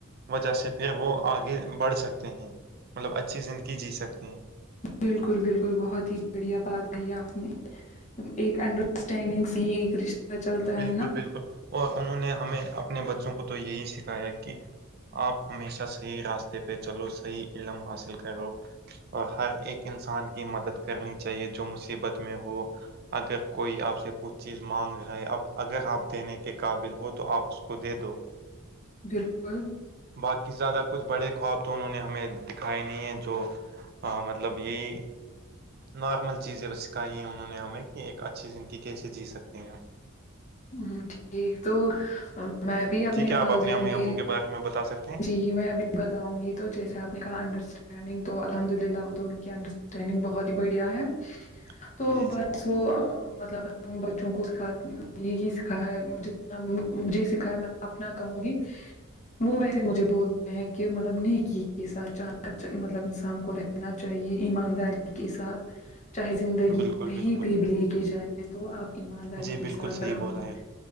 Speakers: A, on the right; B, on the left.
A: وجہ سے پھر وہ آگے بڑھ سکتے ہیں مطلب اچھی زندگی جی سکتے ہیں
B: بالکل بالکل بہت ہی بڑھیا بات کہی آپ نے ایک انڈرسٹینڈنگ سے ہی ایک رشتہ چلتا
A: بالکل
B: ہے نا
A: بالکل اور انہوں نے ہمیں اپنے بچوں کو تو یہی سکھایا کہ آپ ہمیشہ صحیح راستے پہ چلو صحیح علم حاصل کرو اور ہر ایک انسان کی مدد کرنی چاہیے جو مصیبت میں ہو اگر کوئی آپ سے کچھ چیز مانگ رہا اب اگر آپ دینے کے قابل ہو تو آپ اس کو دے دو
B: بالکل
A: باقی زیادہ کچھ بڑے خواب تو انہوں نے ہمیں دکھائے نہیں ہیں جو ہے مطلب یہی نارمل چیزیں بس سکھائی ہے انہوں نے ہمیں کہ ایک اچھی زندگی کیسے جی سکتے ہیں ہم
B: ہم ٹھیک تو میں بھی اپنے
A: جی کیا
B: والدین
A: آپ امی
B: بھی
A: ابو کے بارے میں بتا سکتے
B: جی ج میں بھی بتاؤں گی تو جیسے آپ نے کہا انڈرسٹین ٹائمنگ تو الحمدللہ دونو کئ انداسٹنگ بھوت ہی بادیہ ہے
A: ہیں
B: تو
A: جی
B: بس
A: جی
B: وہ مطلب ہم بچوں کو سکھات یہی سیکھا ہے جتنا مجھے سکھا ہے میں اپنا کہوں گی وہ ویسے مجھے بولتے ہیں کہ مطلب نیکی کے ساتھ مطلب انسان کو رہ نا چاہیے ایمانداری کے ساتھ چاہے زندگی
A: بالکل
B: کہیں
A: بالکل
B: پہ بھی لے کے جائے تو آپ ایمانداری
A: جی
B: کے
A: بالکل
B: ساتھ
A: صحیح
B: رہو
A: بولا ہے